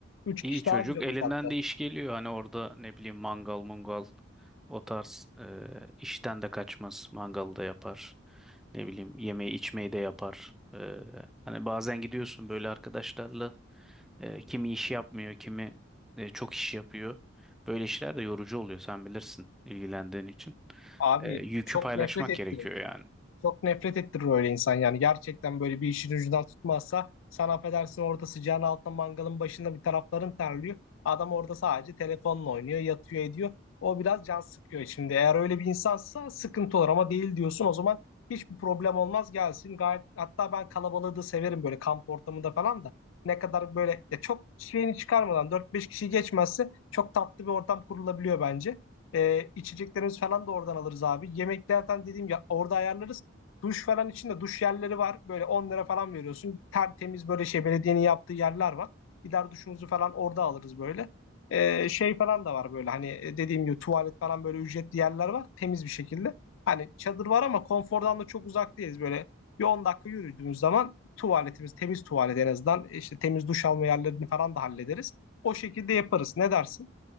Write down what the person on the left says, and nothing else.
Üç
kişi
daha güzel
uzattı.
Abi
çok
nefret ettim.
Çok nefret ettirir öyle insan yani. Gerçekten böyle bir işin ucundan tutmazsa sen affedersin orada sıcağın altında mangalın başında bir tarafların terliyor. Adam orada sadece telefonla oynuyor, yatıyor ediyor. O biraz can sıkıyor şimdi. Eğer öyle bir insansa sıkıntı olur ama değil diyorsun o zaman hiçbir problem olmaz gelsin. Gayet hatta ben kalabalığı da severim böyle kamp ortamında falan da. Ne kadar böyle ya çok şeyini çıkarmadan dört beş kişi geçmezse çok tatlı bir ortam kurulabiliyor bence. Ee, içeceklerimiz falan da oradan alırız abi. yemeklerden dediğim ya orada ayarlarız. Duş falan için de duş yerleri var. Böyle 10 lira falan veriyorsun. Tertemiz böyle şey belediyenin yaptığı yerler var. Gider duşumuzu falan orada alırız böyle. Ee, şey falan da var böyle hani e, dediğim gibi tuvalet falan böyle ücretli yerler var. Temiz bir şekilde. Hani çadır var ama konfordan da çok uzak değiliz. Böyle bir 10 dakika yürüdüğümüz zaman tuvaletimiz temiz tuvalet en azından. İşte temiz duş alma yerlerini falan da hallederiz. O şekilde yaparız. Ne dersin?